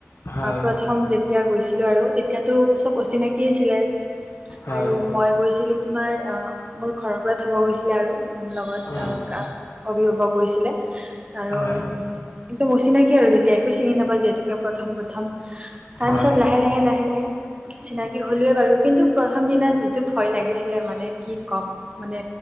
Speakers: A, on the left; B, on the right.
A: হয়
B: প্ৰথম তেতিয়া গৈছিলো আৰু তেতিয়াতো চব অচিনাকি আছিলে
A: হয়
B: আৰু মই গৈছিলো তোমাৰ মোৰ ঘৰৰ পৰা থ'ব গৈছিলে আৰু লগত
A: উম
B: গ অভিভাৱক গৈছিল আৰু
A: হয়
B: অচিনাকি তেতিয়া আকো চিনি নাপাওঁ যি হেতু কে প্ৰথম প্ৰথম তাৰপিছত
A: হয়
B: লেহে লেহে লেহে লাহে চিনাকি হ'লোৱে বাৰু কিন্তু প্ৰথম দিনা যিটো ভয় লাগিছিলে মানে কি ক'ম মানে